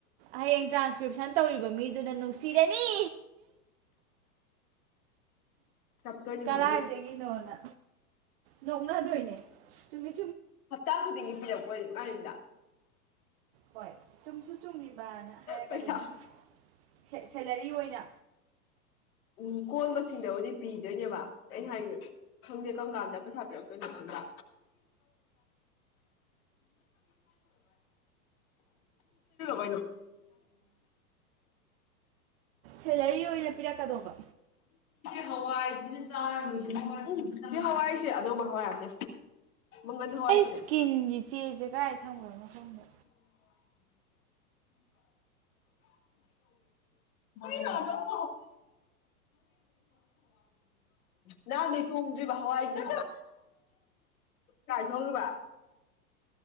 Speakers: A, on the right; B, on the left.
A: ꯍꯌꯦꯡ ꯇ꯭ꯔꯥꯟꯁꯀ꯭ꯔꯤꯞꯁꯟ ꯇꯧꯔꯤꯕ ꯃꯤꯗꯨꯅ ꯁꯤꯔꯅꯤ
B: ꯀꯞꯇꯣꯏꯅꯤ
A: ꯀꯗꯥꯥꯏꯗꯒꯤꯅꯣꯅ
B: ꯃꯣꯏꯕꯨ
A: ꯂꯣꯛꯅꯗꯣꯏꯅꯦ ꯇꯨꯝꯃꯤ
B: ꯍꯞꯇꯥ ꯈꯨꯗꯤꯡꯒꯤ ꯄꯤꯔꯛꯄꯣ ꯀꯥꯏꯗ
A: ꯍꯣꯏ ꯆꯨꯝꯁꯨ ꯆꯨꯝꯃꯤꯕꯅ ꯍꯥꯏꯔꯛꯀꯗꯣꯏꯅꯤ
B: ꯄꯩꯁꯥ
A: ꯁꯦꯂꯔꯤ ꯑꯣꯏꯅ
B: ꯎꯝ ꯀꯣꯟꯕꯁꯤꯡꯗꯕꯨꯗꯤ ꯄꯤꯗꯣꯏꯅꯦꯕ ꯑꯩꯅ ꯍꯥꯏꯗꯤ ꯈꯪꯗꯦ ꯀꯔꯝ ꯀꯥꯟꯗ ꯄꯩꯁꯥ ꯄꯤꯔꯛꯇꯣꯏꯅꯣ ꯈꯪꯕ꯭ꯔ ꯣꯏꯅ
A: ꯁꯦꯂꯔꯤ ꯑꯣꯏꯅ ꯄꯤꯔꯛꯀꯗꯧꯕ
B: ꯍꯋꯥꯏꯥꯔꯣꯏ ꯍꯋꯥꯏꯁꯦ ꯑꯗꯧꯕ ꯍꯋꯥꯏꯔꯝꯖꯦ ꯃꯒꯟ ꯍꯅꯦ
A: ꯑꯩ
B: ꯍꯥꯏ
A: ꯁ꯭ꯀꯤꯟꯒꯤ ꯆꯦꯁꯦ ꯀꯗꯥꯏ ꯊꯝꯈ꯭ꯔꯕꯅꯣ ꯈꯪꯗꯦ
B: ꯃ ꯏ ꯊ ꯅꯔ ꯅꯍꯥꯟꯗꯩ ꯊꯣꯡꯗ꯭ꯔꯤꯕ ꯍꯋꯥꯏꯗ ꯀꯥꯏ ꯊꯣꯡꯕ